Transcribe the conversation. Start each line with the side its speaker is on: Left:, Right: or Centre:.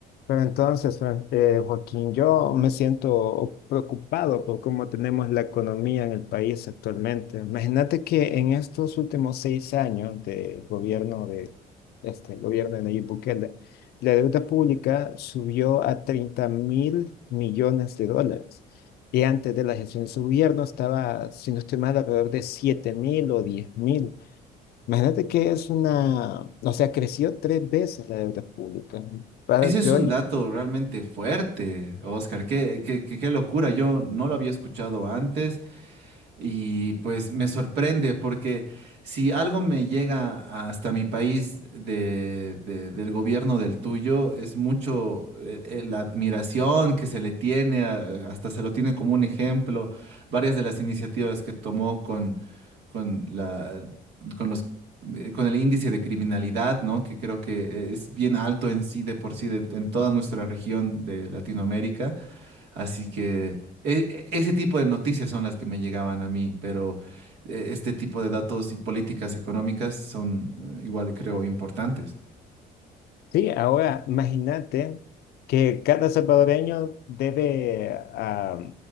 Left: Pero entonces, Fran- eh, Joaquín, yo me siento preocupado por cómo tenemos la economía en el país actualmente. Imagínate que en estos últimos seis años de gobierno de este gobierno de Nayib Bukele, la deuda pública subió a treinta mil millones de dólares. Y antes de la gestión de su gobierno estaba, si no estoy mal, alrededor de siete mil o diez mil. Imagínate que es una, o sea, creció tres veces la deuda pública. Pa-
Right: Ese es
Left: Yo
Right: un dato realmente fuerte, Oscar. Qué, qué, qué, qué locura. Yo no lo había escuchado antes. Y pues me sorprende porque si algo me llega hasta mi país de, de- del gobierno del tuyo, es mucho eh, eh, la admiración que se le tiene, a- hasta se lo tiene como un ejemplo, varias de las iniciativas que tomó con, con la, con los, eh, con el índice de criminalidad, ¿no? Que creo que eh, es bien alto en sí de por sí de- en toda nuestra región de Latinoamérica. Así que e- e- ese tipo de noticias son las que me llegaban a mí, pero eh, este tipo de datos y políticas económicas son eh, igual, creo, importantes.
Left: Sí, ahora imagínate que cada salvadoreño debe ah,